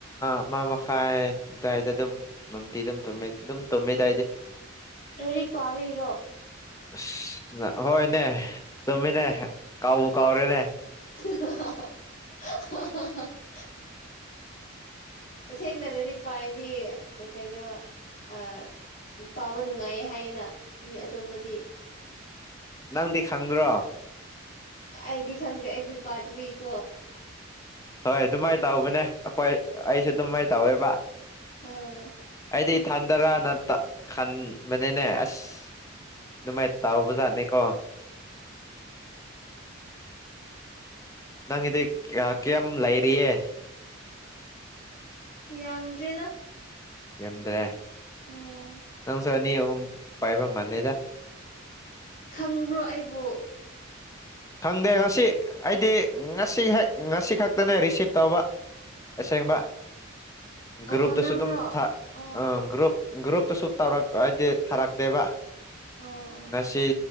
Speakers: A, on the left; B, on the left.
A: ꯑꯃ ꯃꯈꯥꯏ ꯑꯗꯨꯋꯥꯏꯗ ꯑꯗꯨꯝ ꯅꯨꯡꯇꯤꯒꯤ ꯑꯗꯨꯝ ꯇꯨꯝꯃꯤ ꯑꯗꯨꯝ ꯇꯨꯝꯃꯤꯗꯥ ꯑꯩꯗꯤ
B: ꯂꯥꯏꯔꯤꯛ ꯄꯥꯕꯩꯔꯣ
A: ꯑꯁ ꯍꯣꯏꯅꯦ ꯆꯨꯝꯃꯤꯅꯦ ꯀꯥꯎꯕꯨ ꯀꯥꯎꯔꯦꯅꯦ
B: ꯍꯥ ꯍꯥ ꯍꯥ ꯍꯥ <inaudible> ꯊꯦꯡꯅ ꯂꯥꯏꯔꯤꯛ ꯄꯥꯏꯌꯦꯗꯤ ꯀꯩꯅꯣ ꯑ ꯄꯥꯕ ꯅꯨꯡꯉꯥꯏꯌꯦ ꯍꯥꯏꯅꯥ ꯃꯤ ꯑꯇꯣꯞꯄꯗꯤ
A: ꯅꯪꯗꯤ ꯈꯪꯗ꯭ꯔꯣ
B: ꯑꯩꯗꯤ ꯈꯪꯗꯦ ꯑꯩꯗꯤ ꯄꯥꯗꯕꯒꯤꯀꯣ
A: ꯍꯣꯏ ꯑꯗꯨꯃꯥꯏꯅ ꯇꯧꯕꯅꯦ ꯑꯩꯈꯣꯏ ꯑꯩꯁꯨ ꯑꯗꯨꯃꯥꯏꯅ ꯇꯧꯋꯦꯕ
B: ꯑꯥ
A: ꯑꯩꯗꯤ ꯏꯊꯟꯗꯔꯥꯅ ꯈꯟꯕꯅꯤꯅꯦ ꯑꯁ ꯑꯗꯨꯃꯥꯏ ꯇꯧꯕ ꯖꯥꯠꯅꯤ ꯀꯣ ꯅꯪꯒꯤꯗꯤ ꯀꯌꯥꯝ ꯂꯩꯔꯤꯌꯦ
B: ꯌꯥꯝꯗ꯭ꯔꯦꯗ
A: ꯌꯥꯝꯗ꯭ꯔꯦ
B: ꯎꯝ
A: ꯅꯪꯁꯨ ꯑꯅꯤ ꯑꯍꯨꯝ ꯄꯥꯏꯕ ꯃꯥꯜꯂꯦꯗ
B: ꯈꯪꯕ꯭ꯔꯣ ꯑꯩꯕꯨ
A: ꯈꯪꯗꯦ ꯉꯁꯤ ꯑꯩꯗꯤ ꯉꯁꯤ ꯍꯦꯛ ꯉꯁꯤ ꯈꯛꯇꯅꯦ ꯔꯤꯁꯤꯞ ꯇꯧꯕ ꯑꯁꯦꯡꯕ ꯒ꯭ꯔꯨꯞꯇꯁꯨ
B: ꯑꯣ ꯅꯪꯔꯣ
A: ꯑꯗꯨꯝ ꯊꯥ
B: ꯑꯣ
A: ꯑ ꯒ꯭ꯔꯨꯞ ꯒ꯭ꯔꯨꯞꯇꯁꯨ ꯇꯧꯔꯛ ꯍꯥꯏꯗꯤ ꯊꯥꯔꯝꯃꯦꯕ
B: ꯑꯣ ꯑꯣ
A: ꯉꯁꯤ